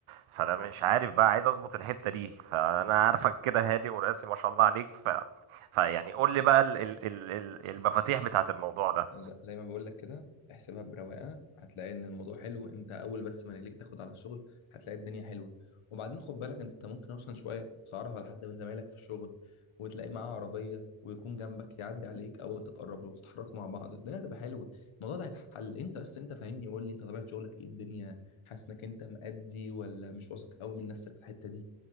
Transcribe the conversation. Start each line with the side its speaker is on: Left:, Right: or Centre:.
Right: فانا مش عارف بقى عايز اظبط الحتة دي فانا عارفك كده هادي وراسي ما شاء الله عليك ف... فيعني قول لي بقى ال... ال... ال... ال- المفاتيح بتاعت الموضوع ده
Left: ز- زي ما بقول لك كده احسبها برواقه هتلاقي ان الموضوع حلو انت اول بس ما رجليك تاخد على الشغل هتلاقي الدنيا حلوه وبعدين خد بالك انت ممكن اصلا شويه تتعرف على حد من زمايلك في الشغل وتلاقي معاه عربيه ويكون جنبك يعدي عليك او انت تقرب له وتتحركوا مع بعض الدنيا هتبقى حلوه الموضوع ده هيتحل انت بس انت فاهمني قول لي انت طبيعه شغلك ايه الدنيا حاسس انك انت مأدي ولا مش واثق قوي من نفسك في الحته دي